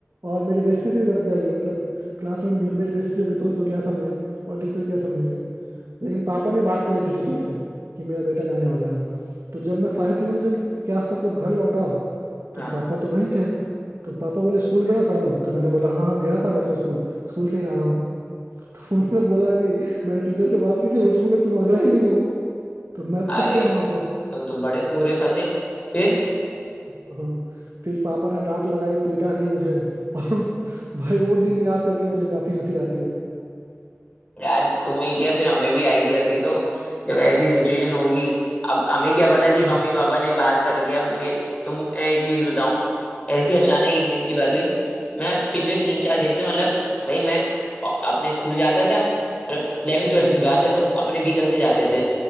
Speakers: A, on the right (about 80°); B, on the left (about 25°).
A: और मेरी बेइज्जती से भी बच जाएगी मतलब क्लास में मेरी बेइज्जती होगी दोस्त लोग क्या समझेंगे और टीचर क्या समझेंगे लेकिन पापा ने बात कर ली थी टीचर से कि मेरा बेटा जाने वाला है तो जब मैं साढ़े तीन बजे के आसपास जब घर लौटा तो
B: हाँ
A: पापा तो वहीं थे तो पापा बोले स्कूल गया था तो मैंने बोला हाँ हाँ गया था मैं तो स्कूल स्कूल से ही आ रहा हूँ <laughs> तो उन्होंने बोला कि मैंने टीचर से बात की थी वो तो बोले तुम आ गए ही नहीं हो तो मैं
B: अरे
A: फंस गया वहाँ पे
B: तुम तो बड़े पूरे फंसे फिर
A: हाँ फिर पापा ने डांट लगाई पीटा भी मुझे <laughs> और भाई वो दिन याद करके मुझे काफी हंसी आती है
B: यार तुम्हें क्या फिर हमें भी आएगी हंसी तो जब ऐसी सिचुएशन होगी अब हमें क्या पता कि
A: <laughs> हम्म,
B: मम्मी पापा ने बात कर रखी है। अब मेरे तुम एक चीज बताओ ऐसी अचानक एक दिन की बात हुई मैं पिछले तीन चार दिन से मतलब भाई मैं अ- अपने स्कूल जाता था मतलब इलेवन ट्वेल्थ
A: हम्म, हम्म,
B: की बात है तो अपने व्हीकल से जाते थे